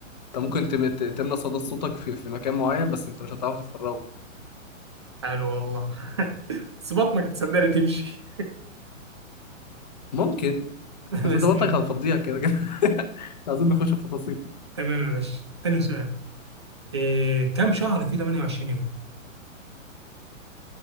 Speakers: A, on the left (about 30°); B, on the right (about 20°).
A: انت ممكن تم- ت- تملى صدى صوتك في في مكان معين بس انت مش هتعرف تفرغه
B: حلو والله بس بطنك تصدقني تمشي
A: ممكن
B: <laughs>
A: بس انت
B: بس
A: بطلك
B: تمام
A: هتفضيها كده كده <laughs> مش عايزين نخش في تفاصيل
B: تمام يا باشا تاني سؤال إيه كم شهر في 28 يوم؟